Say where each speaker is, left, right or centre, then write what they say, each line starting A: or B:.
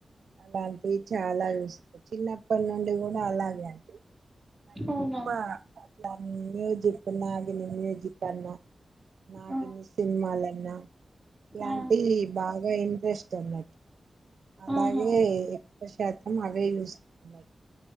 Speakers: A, on the right (about 80°); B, on the right (about 15°).
A: అలాంటివి చాలా జూస్తా చిన్నప్పటి నుండి కూడా అలాగే అండి నా ఎక్కువ
B: అవునా
A: అట్లా మ్యూజిక్ నాగిని మ్యూజికన్నా నాగిని
B: ఆ
A: సినిమాలైన్నా ఇలాంటి
B: ఆ
A: బాగా ఇంట్రెస్ట్ అన్నటు అలాగే
B: ఆహా
A: ఎక్కువ శాతం అవే చూస్తున్నా